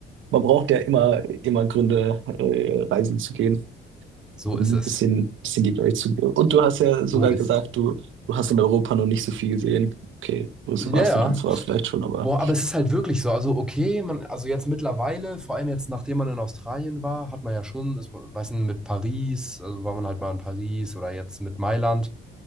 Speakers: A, on the right (about 75°); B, in the centre.
A: Man braucht ja immer, immer Gründe, äh, reisen zu gehen
B: so
A: und
B: ist es.
A: ein bisschen, bisschen die Welt zu. Und du hast ja sogar
B: So ist
A: gesagt,
B: es.
A: du, du hast in Europa noch nicht so viel gesehen. Okay, Brüssel
B: Ja,
A: warst
B: ja.
A: du dann zwar vielleicht schon, aber.
B: Boah, aber es ist halt wirklich so. Also, okay, man, also jetzt mittlerweile, vor allem jetzt, nachdem man in Australien war, hat man ja schon, ist, weiß nicht, mit Paris, also war man halt mal in Paris oder jetzt mit Mailand,